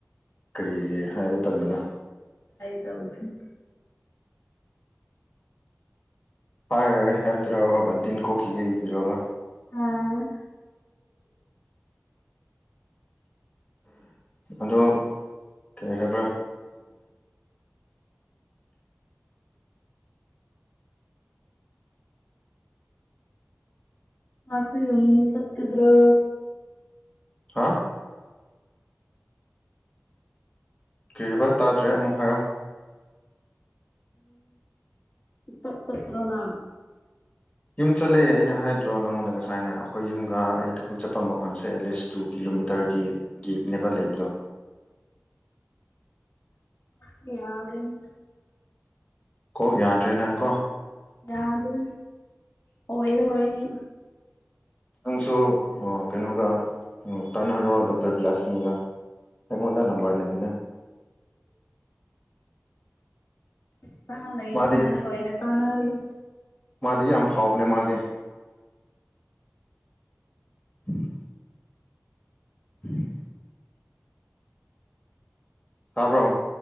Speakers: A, on the left (about 25°); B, on the left (about 75°).
A: ꯀꯔꯤꯒꯤ ꯍꯥꯏꯕ ꯇꯟꯕꯅꯣ
B: ꯕ <inaudible>
A: ꯍꯥꯏꯔꯣꯏ ꯍꯥꯏꯕꯗ꯭ꯔꯕ ꯕꯟꯇꯤꯟ ꯀꯣꯛꯈꯤꯒꯦ ꯏꯕꯤꯔꯕ
B: ꯑꯥ
A: ꯑꯗꯣ ꯀꯔꯤ ꯍꯥꯏꯕ꯭ꯔꯥ
B: ꯃꯥꯁꯤ ꯌ ꯆꯠ ꯀꯗ꯭ꯔꯣ
A: ꯍꯥ ꯀꯔꯤ ꯍꯥꯏꯕ ꯇꯥꯗ꯭ꯔꯦ ꯑꯃꯨꯛ ꯍꯥꯏꯌꯣ
B: ꯑ ꯁꯇ꯭ꯔꯣꯅ
A: ꯌꯨꯝ ꯆꯠꯂꯑꯦ ꯑꯩꯅ ꯍꯥꯏꯗ꯭ꯔꯣ ꯅꯪꯉꯣꯟꯗ ꯉꯁꯥꯏꯅ ꯑꯩꯈꯣꯏ ꯌꯨꯝꯒ ꯑꯩ ꯊꯕꯛ ꯆꯠꯄ ꯃꯐꯝꯁꯦ ꯑꯦꯠꯂꯤꯁ ꯇꯨ ꯀꯤꯂꯣꯃꯤꯇꯔꯒꯤ ꯒꯦꯞꯅꯦꯕ ꯂꯩꯕꯗꯣ
B: ꯁꯤ ꯌꯥꯔꯦ <inaudible>
A: ꯀꯣꯛ ꯌꯥꯗ꯭ꯔꯦ ꯅꯪ ꯀꯣ
B: ꯌꯥꯗ ꯍꯂ <inaudible> ꯔꯏ
A: ꯅꯪꯁꯨ ꯀꯩꯅꯣꯒ ꯇꯥꯟꯅꯔꯣ ꯗꯣꯛꯇꯔ ꯕꯤꯂꯛꯁꯅꯤꯒ ꯑꯩꯉꯣꯟꯗ ꯅꯝꯕꯔ ꯂꯩꯅꯦ
B: ꯆ ꯂꯩꯅ
A: ꯃꯥꯗꯤ
B: ꯉꯅ ꯑꯣꯏꯅ ꯇꯅꯒ
A: ꯃꯥꯗꯤ ꯌꯥꯝ ꯐꯥꯎꯕꯅꯦ ꯃꯥꯗꯤ ꯎꯝ ꯎꯝ <inaudible> ꯇꯥꯕ꯭ꯔꯣ